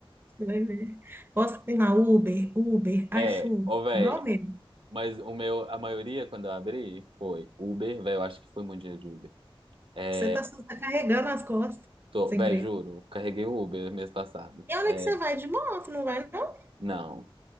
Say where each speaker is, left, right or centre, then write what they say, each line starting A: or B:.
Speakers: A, on the right; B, on the right.
A: você vai ver. Posso tem lá Uber, Uber,
B: É,
A: iFood,
B: ô, velho,
A: igual mesmo.
B: mas o meu, a maioria, quando eu abri, foi Uber, velho, eu acho que foi muito dinheiro de Uber. É,
A: Você tá só- tá carregando as costas,
B: tô,
A: sem
B: velho,
A: preço.
B: juro, carreguei o Uber mês passado.
A: E olha
B: É,
A: que você vai de moto, não vai, não?
B: não,